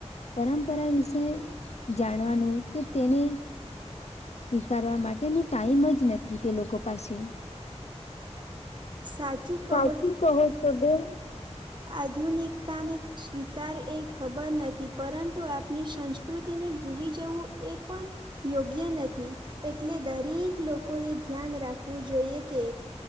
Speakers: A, on the left (about 65°); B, on the right (about 40°).
A: પરંપરા વિશે જાણવાનું કે તેને સ્વીકારવા માટેનો ટાઈમ જ નથી તે લોકો પાસે.
B: સાચું
A: સ્ટાચૂ
B: કહો
A: કહો છો બેન.
B: આધુનિકતાની સ્વીકાર એ ખબર નથી પરંતુ આપણી સંસ્કૃતિને ભૂલી જવું એ પણ યોગ્ય નથી. એટલે દરેક લોકો એ ધ્યાન રાખવું જોઈએ કે